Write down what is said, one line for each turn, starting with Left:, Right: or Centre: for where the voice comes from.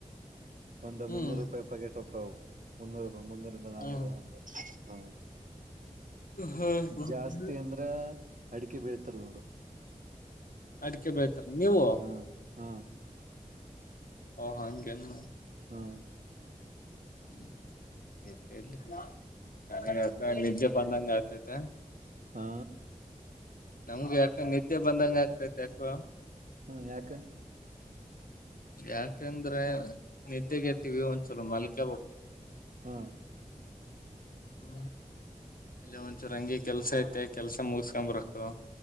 Right: ಒಂದ
Left: ಹ್ಮ್
Right: ಮುನ್ನೂರು ರೂಪಾಯಿ ಪಕೆಟ್ ಹಕ್ಕವು ಮುನ್ನೂರುಿ ಮುನ್ನೂರಿಂದ ನಾನೂರು
Left: ಹ್ಮ್
Right: ಹಂಗ ಹಾ
Left: ಹ್ಮ್
Right: ಜಾಸ್ತಿ ಅಂದ್ರ ಅಡುಕೆ ಬೀಳ ತದ ನೋಡು.
Left: ಅಡಿಕೆ ಬೆಳತಾರ ನೀವು
Right: ಹಾ ಹಾ
Left: ಓ ಹಂಗೇನು.
Right: ಹ್ಮ್
Left: <unintelligible>
Right: ಹಾ
Left: ನಿಜ ಬಂದಂಗಾತತೆ.
Right: ಹಾ
Left: ನಮ್ಗೆ ಯಾಕ ನಿದ್ದೆ ಬಂದಂಗ ಆಗ್ತೈತ್ ಯಾಕೋ.
Right: ಹ್ಮ್ ಯಾಕ?
Left: ಯಾಕಂದ್ರೆ ನಿದ್ದೆೆಗೆಡ್ತೀವಿ ಒಂದ್ಸಲ ಮಲ್ಕ ಬೇಕ್.
Right: ಹಾ
Left: ಹ್ಮ ಇಲ್ಲ ಒಂದ್ಸಲ ಹಂಗೆ ಕೆಲ್ಸ ಐತೆ ಕೆಲ್ಸ ಮುಗಸ್ಕೊಂಡ್ ಬರಕ್ಕು.